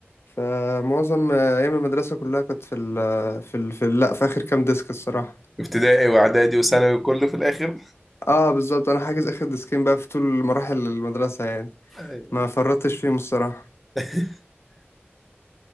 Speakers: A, on the left; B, in the centre.
A: فمعظم آه، ايام المدرسه كلها كنت في ال آه، في ال في ال- لا في اخر كام ديسك الصراحه
B: ابتدائي واعدادي وثانوي وكله في الاخر
A: اه بالظبط انا حاجز اخر ديسكين بقى في طول مراحل المدرسه يعني
B: أيوة.
A: ما فرطتش فيهم الصراحه
B: <laughs>